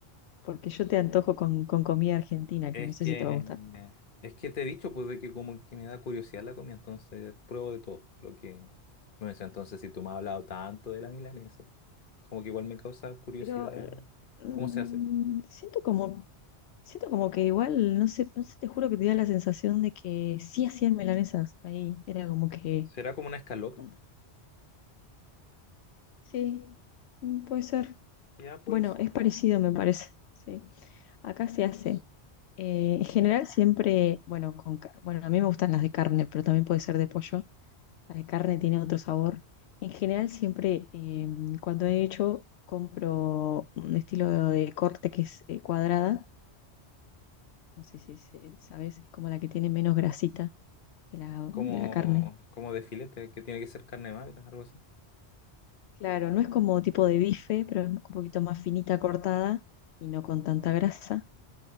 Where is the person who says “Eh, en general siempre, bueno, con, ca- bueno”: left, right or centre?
Left